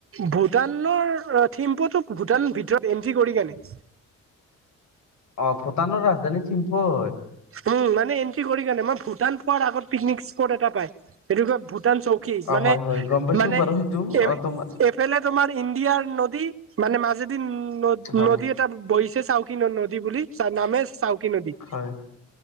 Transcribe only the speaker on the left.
অ', ভূটানৰ ৰাজধানী থিম্পু হয়।
অ
হয় হয় গম পাইছো
বাৰু সেইটো
অ
তোমাৰ
হয়
হয়